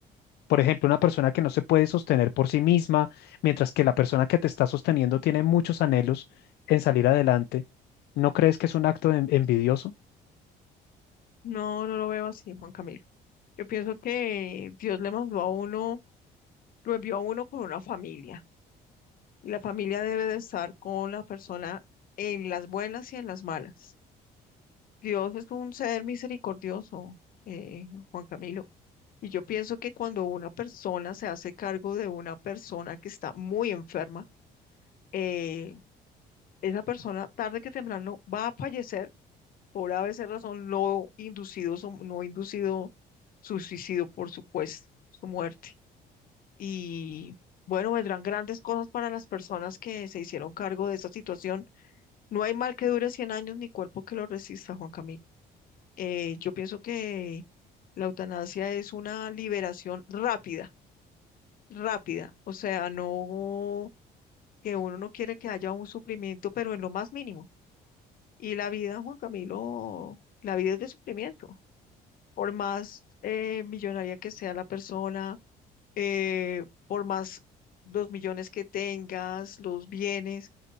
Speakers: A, on the left; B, on the left.
A: Por ejemplo, una persona que no se puede sostener por sí misma, mientras que la persona que te está sosteniendo tiene muchos anhelos en salir adelante, ¿no crees que es un acto en- envidioso?
B: No, no lo veo así, Juan Camilo. Yo pienso que Dios le mandó a uno, lo envió a uno con una familia. Y la familia debe de estar con la persona en las buenas y en las malas. Dios es un ser misericordioso, eh, Juan Camilo. Y yo pienso que cuando una persona se hace cargo de una persona que está muy enferma, eh esa persona tarde que temprano va a fallecer por a ABC razón no inducido, su- no inducido su suicidio, por supuesto, su muerte. Y bueno, vendrán grandes cosas para las personas que se hicieron cargo de esta situación. No hay mal que dure 100 años ni cuerpo que lo resista, Juan Camilo. Eh, yo pienso que la eutanasia es una liberación rápida, rápida. O sea, no que uno no quiere que haya un sufrimiento, pero en lo más mínimo. Y la vida, Juan Camilo, la vida es de sufrimiento. Por más eh, millonaria que sea la persona, eh, por más los millones que tengas, los bienes,